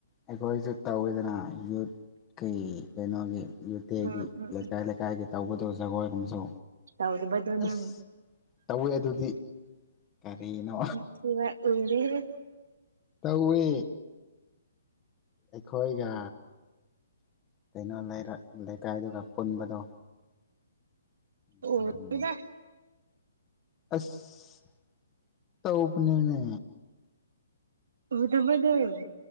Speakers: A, on the left; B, on the right.
A: ꯑꯩꯈꯣꯏꯁꯨ ꯇꯧꯋꯤꯗꯅ ꯌꯨꯠꯀꯤ ꯀꯩꯅꯣꯒꯤ ꯌꯨꯇꯦꯒꯤ
B: ꯎꯝ ꯎꯝ
A: ꯂꯩꯀꯥꯏ ꯂꯩꯀꯥꯏꯒꯤ ꯇꯧꯕꯗꯕꯨ ꯖꯒꯣꯏ ꯑꯃꯁꯨ
B: ꯇꯧꯗꯕꯗꯣ
A: ꯑꯁ
B: ꯅꯪ
A: ꯇꯧꯋꯦ ꯑꯗꯨꯗꯤ ꯀꯔꯤꯅꯣ
B: <unintelligible> ꯎꯔꯦꯍꯦ
A: ꯇꯧꯋꯦ ꯑꯩꯈꯣꯏꯒ ꯀꯩꯅꯣ ꯂꯩꯔꯛ ꯂꯩꯀꯥꯏꯗꯨꯒ ꯄꯨꯟꯕꯗꯣ ꯎꯝ
B: ꯊꯣꯛꯂꯛ ꯇꯤꯍꯦ
A: ꯑꯁ ꯇꯧꯄꯅꯤꯅꯦ
B: ꯂꯨꯗꯕꯅꯦ